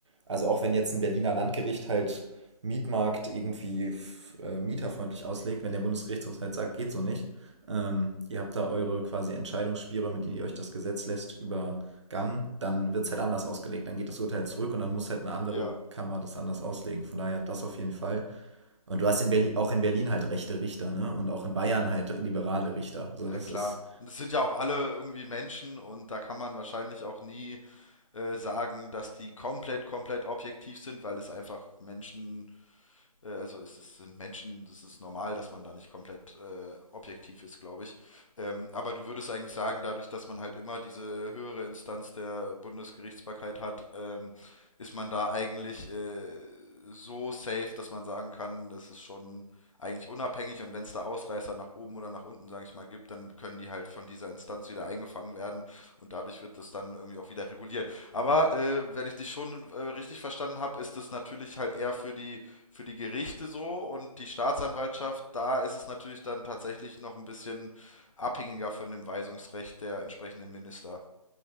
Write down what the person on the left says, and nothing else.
ja,
ja,
klar.
Und es sind ja auch alle irgendwie Menschen und da kann man wahrscheinlich auch nie äh, sagen, dass die komplett, komplett objektiv sind, weil es einfach Menschen Äh, also es ist, sind Menschen, das ist normal, dass man da nicht komplett äh, objektiv ist, glaube ich. Ähm, aber du würdest eigentlich sagen, dadurch, dass man halt immer diese höhere Instanz der Bundesgerichtsbarkeit hat, ähm, ist man da eigentlich äh, so safe, dass man sagen kann, das ist schon eigentlich unabhängig abhängig und wenn es da Ausreißer nach oben oder nach unten, sage ich mal, gibt, dann können die halt von dieser Instanz wieder eingefangen werden und dadurch wird das dann irgendwie auch wieder reguliert. Aber äh, wenn ich dich schon äh, richtig verstanden habe, ist das natürlich halt eher für die, für die Gerichte so und die Staatsanwaltschaft, da ist es natürlich dann tatsächlich noch ein bisschen abhängiger von dem Weisungsrecht der entsprechenden Minister.